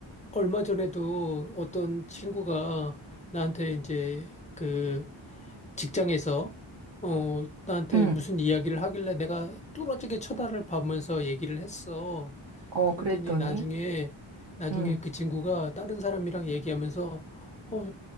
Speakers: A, on the left (about 15°); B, on the right (about 60°).
A: 얼마 전에도 어떤 친구가 나한테 이제 그 직장에서, 어, 나한테
B: 응.
A: 무슨 이야기를 하길래 내가 뚫어지게 쳐다를 보면서 얘기를 했어.
B: 어,
A: 그랬더니
B: 그랬더니
A: 나중에, 나중에
B: 응.
A: 그 친구가 다른 사람이랑 얘기하면서, 어,